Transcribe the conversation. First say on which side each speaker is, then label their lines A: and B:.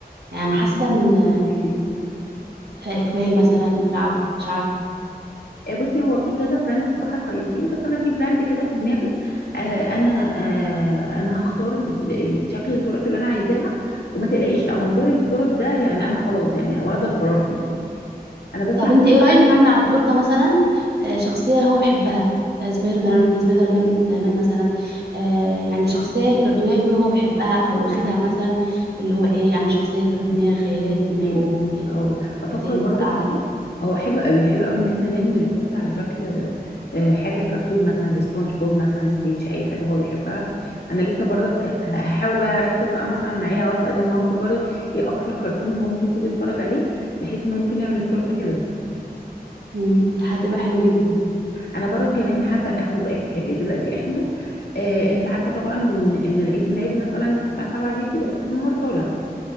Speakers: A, on the right; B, on the left.
A: يعني أنا حاسه ان
B: قولي لي
A: آه، اتويل مثلا العبد مش عارفه
B: آه، بصي هو في كذا براند صراحة كويسين بس أنا في براند كده في دماغي آه أنا آه أنا هختار ال- ال- شكل التورت اللي أنا عايزاها وما تقلقيش لا موضوع التورت ده يعني أنا خلاص يعني واخدة القرار فيه أنا بس
A: طب انت ايه رايك نعمل على التورته مثلا آه، شخصيه هو بيحبها آه، سبايدر سبايدر نام- مان مثلا آه، يعني شخصيه كرتونيه يكون هو بيحبها او واخدها مثلا اللي هو ايه يعني شخصيه كرتونيه خياليه في دماغه
B: جميلة
A: بي-
B: او بفكر
A: زي مثل
B: برضو
A: اعلى
B: كده
A: كده
B: هو حلو قوي حلو قوي ان احنا نعمل التورته على شكل آه، حاجه كرتون مثلا زي سبونج بوب مثلا ستيتش اي حاجه هو بيحبها انا لسه برضك هحاول بقى اركز بقى مثلا معاه او اسال مامته برضك ايه اكتر كرتون ان هو ممكن يكون بيتفرج عليه بحيث ان ممكن نعمل التورته كده
A: امم هتبقى حلو جدا
B: انا برضك كمان حابه اخد رايك في حاجه دلوقتي احنا آه، انت عارفه طبعا ان ان العيد ميلاد مثلا الساعه 7 دي بيبقى لسه النهار طالع